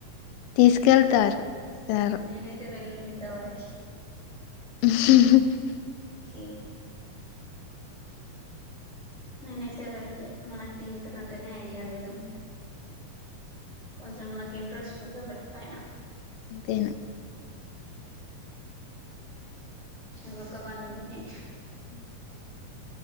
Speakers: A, on the left; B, in the centre.
A: తీసుకెళ్తారు సారు.
B: నేనైతే వెళ్ళలే ఇంతవరకు
A: <inaudible>
B: ఉ నేనైతే వెళ్ళలే మనకు థియేటర్ అంటేనే ఐడియా లేదు కొంచెం నాకు ఇంట్రెస్ట్ మీద పెడతాయనా
A: అంతను
B: ఇ గకబా మని
A: హ